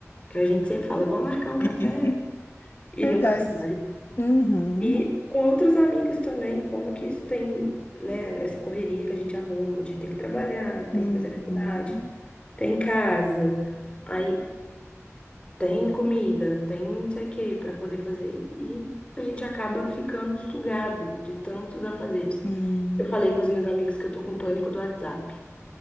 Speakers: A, on the left (about 20°); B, on the left (about 50°).
A: que a gente sempre fala, vamos marcar um café
B: <laughs>
A: e
B: Verdade.
A: nunca sai.
B: Uhum,
A: E com outros amigos também, como que isso tem, né, essa correria que a gente arruma de tem que trabalhar, tem
B: uhum,
A: que fazer faculdade, tem casa, aí tem comida, tem não sei o que para poder fazer e a gente acaba ficando sugado de tantos afazeres.
B: sim.
A: Eu falei com os meus amigos que eu tô com pânico do WhatsApp.